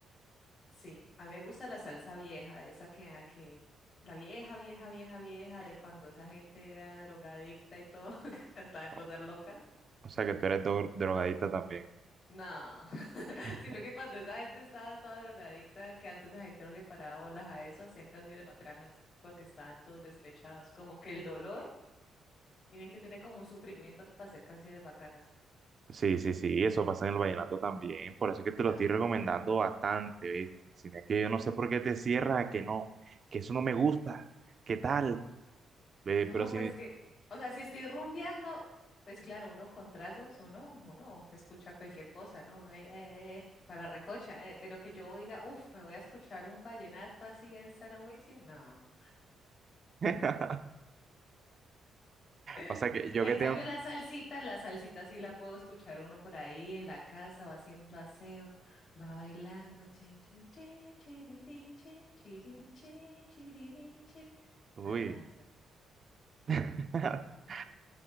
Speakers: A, on the left (about 45°); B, on the right (about 50°).
A: sí, a mí me gusta la salsa vieja, de esa que, a que, la vieja, vieja, vieja, vieja, de cuando esa gente era drogadicta y todo, <laughs> cantaban
B: O
A: cosas locas.
B: o sea que tú eres dro- drogadita también.
A: No, <laughs>
B: <laughs>
A: sino que cuando esa gente estaba toda drogadicta, que antes la gente no le paraba bolas a eso, hacían canciones bacanas, porque estaban todos despechados, como que el dolor. Tienen que tener como un sufrimiento para hacer canciones bacanas.
B: Sí, sí, sí, eso pasa en el vallenato también. Por eso es que te lo
A: Ah.
B: estoy recomendando bastante, ¿viste? Si no es que yo no sé por qué te cierras a que no, que eso no me gusta, ¿qué tal? Ve,
A: No,
B: pero si...
A: pues que, o sea, si estoy rumbeando, pues claro, uno con tragos, uno, uno escucha cualquier cosa, ¿no? Uno ahí, eh, eh, para recocha, eh, pero que yo diga, uff, me voy a escuchar un vallenato así en San Juicio, no.
B: <laughs>
A: <laughs>
B: O sea que yo
A: En
B: que
A: cambio,
B: tengo...
A: la salsita, la salsita sí la puedo escuchar uno por ahí en la casa, va haciendo aseo, va bailando, chin, chin, chin, chiririn, chin, chirin, chin, chiririn, chin.
B: Uy.
A: Ah,
B: <laughs>